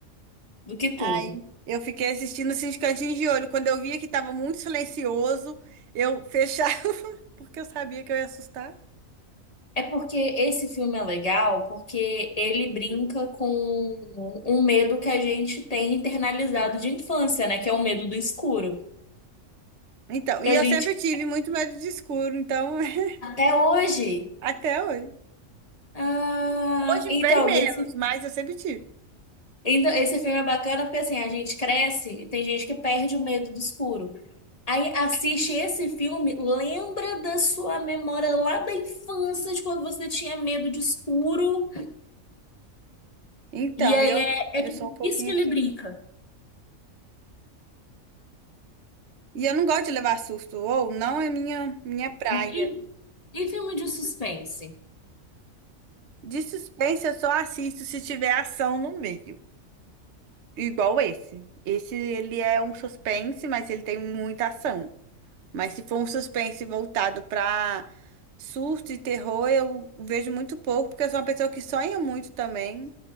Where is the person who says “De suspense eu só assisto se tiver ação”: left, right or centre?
Right